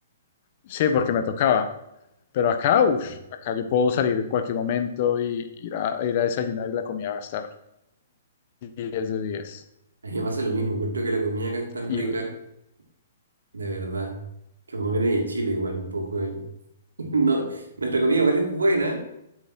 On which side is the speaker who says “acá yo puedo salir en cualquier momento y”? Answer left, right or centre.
Left